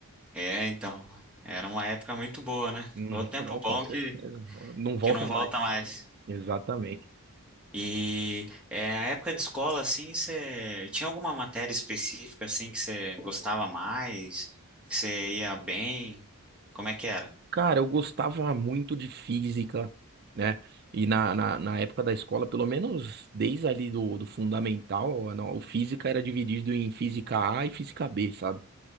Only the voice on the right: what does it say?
Uhum,
não, com
certeza.
Não volta
mais.
Exatamente.
Cara, eu gostava muito de física, né? E na, na, na época da escola, pelo menos desde ali do, do fundamental, a- não, o física era dividido em física A e física B, sabe?